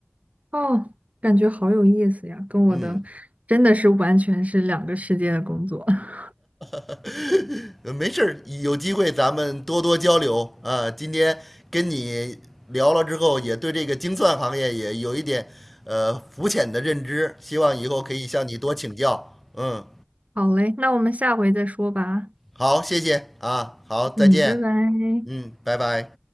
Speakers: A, on the right; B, in the centre.
A: 哦，感觉好有意思呀，跟我的真的是完全是两个世界的工作。
B: 嗯，
A: <laughs>
B: <laughs> 呃没事儿，有机会咱们多多交流啊。今天跟你聊了之后，也对这个精算行业也有一点呃肤浅的认知，希望以后可以向你多请教。嗯，
A: 好嘞，那我们下回再说吧。
B: 好，谢谢啊，好，再见，
A: 嗯，拜拜。
B: 嗯，拜拜。